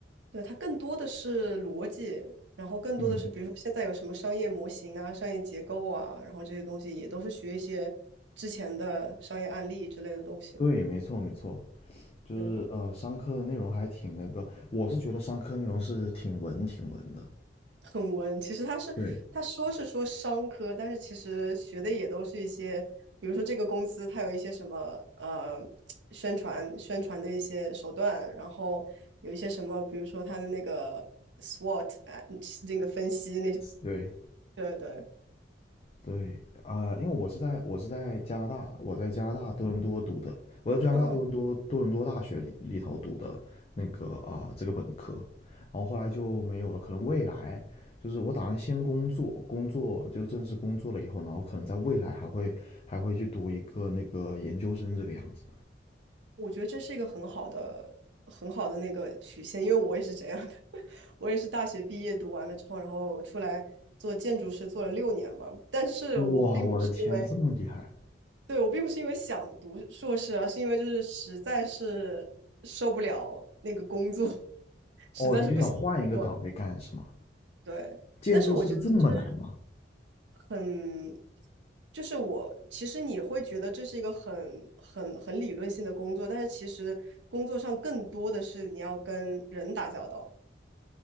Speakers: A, on the right (about 75°); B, on the left (about 35°).
A: 对，它更多的是逻辑，然后更多的是，
B: 嗯，
A: 比如说现在有什么商业模型啊、商业结构啊，然后这些东西也都是学一些之前的商业案例之类的东西。
B: 对，没错没错，就是呃商科的内容还挺那个，
A: 对，
B: 我是觉得商科内容是挺文挺文的。
A: 很文。其实他是他说是说商科，
B: 对
A: 但是其实学的也都是一些，比如说这个公司它有一些什么呃宣传宣传的一些手段，然后有一些什么，比如说它的那个 SWOT 啊，嗯那个分析那些，
B: 对。
A: 对对，
B: 对，啊、呃因为我是在我是在加拿大，我在加拿大多伦多读的，我在加拿大多伦多多伦多大学里里头读的那个啊、
A: 嗯，
B: 呃这个本科，然后后来就没有了，可能未来就是我打算先工作，工作就是正式工作了以后，然后可能在未来还会还会去读一个那个研究生这个样子。
A: 我觉得这是一个很好的很好的那个曲线，因为我也是这样的，<laughs> 我也是大学毕业读完了之后，然后出来。做建筑师做了六年嘛，但是我并不是因为
B: 哇，我的天，这么厉害！
A: 对，我并不是因为想读硕士啊，是因为就是实在是受不了那个工作，<laughs> 实在是不想工作了
B: 哦，你就想换一个岗位干是吗？
A: 对，
B: 建筑师这么难吗？
A: 但是我觉得其实很，就是我其实你会觉得这是一个很很很理论性的工作，但是其实工作上更多的是你要跟人打交道。